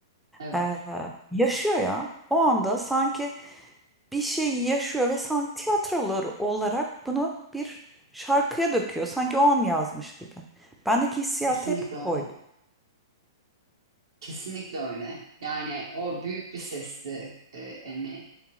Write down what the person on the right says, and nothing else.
Evet.
Kesinlikle
öyle.
Kesinlikle öyle. Yani o büyük bir sesti e, Emi.